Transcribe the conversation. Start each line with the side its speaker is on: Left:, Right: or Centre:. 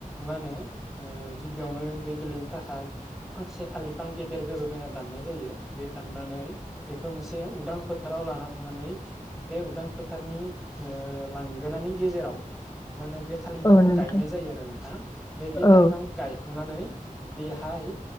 Centre: मा होनो गिबियावनो बे गेलेनो थाखाय फांसे थालिर बिफां गेदेर गोजौ नायना दाननाय जायो। बे दाननानै बेखौ मोनसे उदां फोथाराव लाना थांनानै बे उदां फोथारनि लांगोनानि गेजेराव मा होनो बे थालिर बिफांखौ
Left: औ नोंथां
Centre: गायनाय जायो आरो नोंथां ओमफ्राय बे
Left: औ
Centre: थालिर बिफांखौ गायखांनानै बेहाय